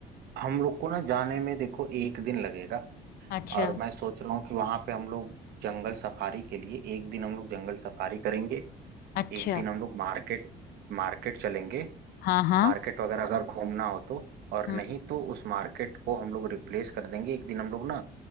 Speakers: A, on the right; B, on the left.
A: हम लोग को ना जाने में देखो एक दिन लगेगा
B: अच्छा
A: और मैं सोच रहा हूँ कि वहां पे हम लोग जंगल सफारी के लिए एक दिन हम लोग जंगल सफारी करेंगे
B: अच्छा
A: एक दिन हम लोग मार्केट मार्केट चलेंगे
B: हाँ हाँ
A: मार्केट वगैरह अगर घूमना हो तो और
B: हम्म
A: नहीं तो उस मार्केट को हम लोग रिप्लेस कर देंगे एक दिन हम लोग ना